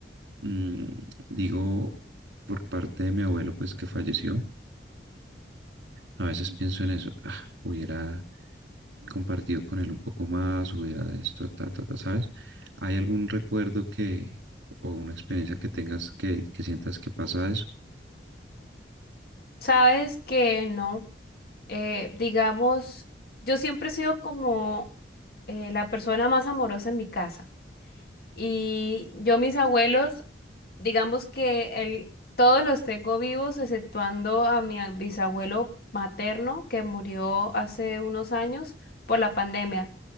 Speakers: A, on the right; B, on the left.
A: mm, digo por parte de mi abuelo pues que falleció, a veces pienso en eso, ah, hubiera compartido con él un poco más, hubiera de esto, ta, ta, ta, ¿sabes? ¿Hay algún recuerdo que, o una experiencia que tengas que, que sientas que pasa eso?
B: sabes que no, eh, digamos, yo siempre he sido como eh, la persona más amorosa en mi casa. Y yo, mis abuelos, digamos que el- todos los tengo vivos, exceptuando a mi bisabuelo materno que murió hace unos años por la pandemia.